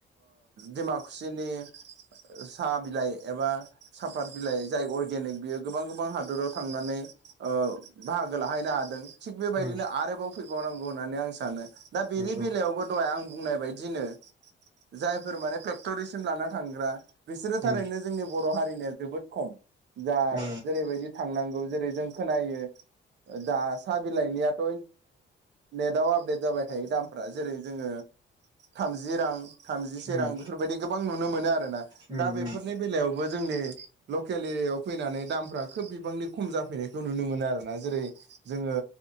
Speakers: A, on the right; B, on the right.
A: दिमाकुसिनि साहा बिलाइ एबा साफात बिलाइ जाय अर्गेनिक बियो गोबां गोबां हादराव थांनानै बाहागो लाहैनो हादों थिग बेबायदिनो
B: उम
A: आरोबाव फैबावनो नांगौ होननानै आं सानो दा बेनि
B: नंगौ
A: बेलायावबो दहाय आं बुंनाय बायदिनो जायफोर माने फेक्ट'रिसिम लाना थांग्रा बिसोरो थारैनो
B: उम
A: जोंनि बर' हारिनिया जोबोद खम जा
B: ओ
A: जेरैबायदि थांनांगौ जेरै जों खोनायो दा साहा बिलाइनियाथ' नेट आव आपडेट जाबाय थायो दामफ्रा जेरै जोङो थामजि रां थामजिसे
B: उम
A: रां बेफोरबायदि गोबां नुनो मोनो आरोना
B: उम
A: दा बेफोरनि
B: उम
A: बेलायावबो जों जोंनि लकेल एरियायाव फैनानै दाम फ्रा खोब बिबांनि खम जाफैनायखौ नुनो मोनो आरोना जेरै जोङो